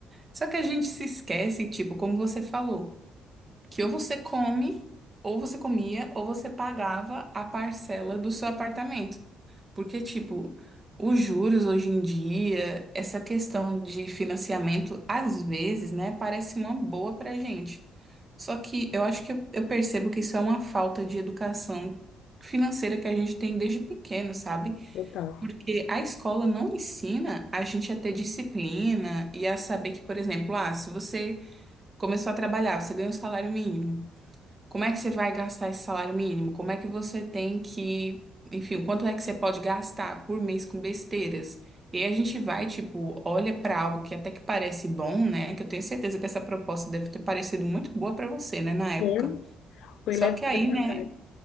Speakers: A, on the right (about 25°); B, on the left (about 75°).
A: Só que a gente se esquece, tipo, como você falou que ou você come, ou você comia, ou você pagava a parcela do seu apartamento. Porque, tipo, os juros hoje em dia, essa questão de financiamento, às vezes, né, parece uma boa pra gente. Só que eu acho que eu, eu percebo que isso é uma falta de educação financeira que a gente tem desde pequeno, sabe?
B: total.
A: Porque a escola não ensina a gente a ter disciplina e a saber que, por exemplo, ah, se você começou a trabalhar, você ganha um salário mínimo. Como é que você vai gastar esse salário mínimo? Como é que você tem que, enfim, quanto é que você pode gastar por mês com besteiras? E aí a gente vai, tipo, olha para algo que até que parece bom, né? Que eu tenho certeza que essa proposta deve ter parecido muito boa para você, né, na época.
B: Foi foi
A: Só
B: levada
A: que aí,
B: para
A: né?
B: trás,